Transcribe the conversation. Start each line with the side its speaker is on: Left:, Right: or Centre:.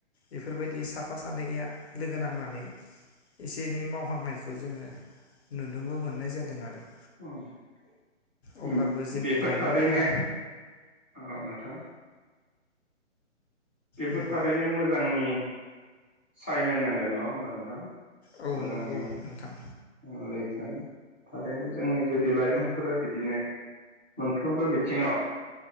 Left: बेफोरबायदि साफा सानैया लोगो नांनानै एसे एनै मावहांनायखौ जोङो नुनोबो मोननाय जादों आरो।
Centre: ओम।
Left: अब्लाबो जोंनि
Centre: बेफोर
Left: लाइमोनफोरा
Centre: थारैनो औ नोंथां बेबो
Left: नंगौ
Centre: थारैनो मोजांनि साइन होननां गोन नङा होमबा नोंथां
Left: औ
Centre: मोजांनि
Left: नंगौ नोंथां
Centre: अरायथानि थारैनो जोंनि जुदि लाइमोनफोरा बिदिनो मोनफ्रोमबो बिथिङाव